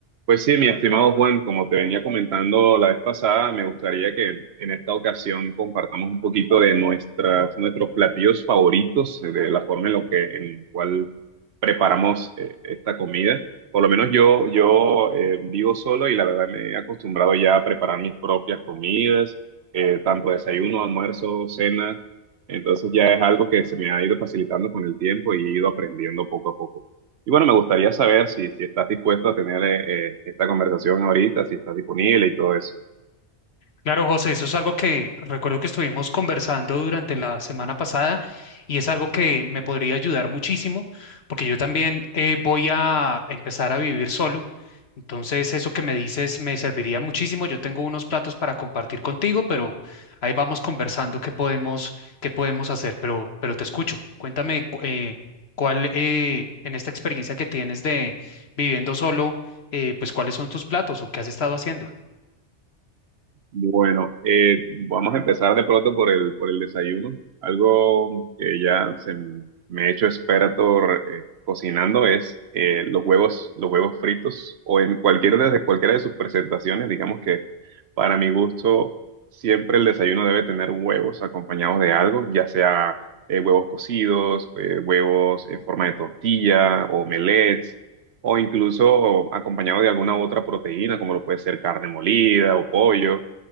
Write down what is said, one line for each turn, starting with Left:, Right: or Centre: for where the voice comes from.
Right: Pues sí, mi estimado Juan, como te venía comentando la vez pasada, me gustaría que en esta ocasión compartamos un poquito de nuestras, nuestros platillos favoritos, eh, de la forma en lo que, en cual preparamos eh, esta comida. Por lo menos yo, yo eh, vivo solo y la verdad me he acostumbrado ya a preparar mis propias comidas, eh, tanto desayuno, almuerzo, cena. Entonces ya es algo que se me ha ido facilitando con el tiempo y he ido aprendiendo poco a poco. Y bueno, me gustaría saber si, si estás dispuesto a tener eh, eh, esta conversación ahorita, si estás disponible y todo eso.
Left: Claro, José, eso es algo que recuerdo que estuvimos conversando durante la semana pasada y es algo que me podría ayudar muchísimo porque yo también eh, voy a empezar a vivir solo. Entonces, eso que me dices me serviría muchísimo. Yo tengo unos platos para compartir contigo, pero ahí vamos conversando qué podemos, qué podemos hacer. Pero, pero te escucho. Cuéntame cu- eh, cuál eh, en esta experiencia que tienes de viviendo solo, eh, pues cuáles son tus platos o qué has estado haciendo.
Right: Bueno, eh, vamos a empezar de pronto por el, por el desayuno. Algo que ya se m- me he hecho experto eh, cocinando es eh, los huevos, los huevos fritos o en cualquiera de, cualquiera de sus presentaciones. Digamos que para mi gusto siempre el desayuno debe tener huevos acompañados de algo, ya sea eh, huevos cocidos, eh, huevos en forma de tortilla, omelets o incluso acompañado de alguna otra proteína, como lo puede ser carne molida o pollo.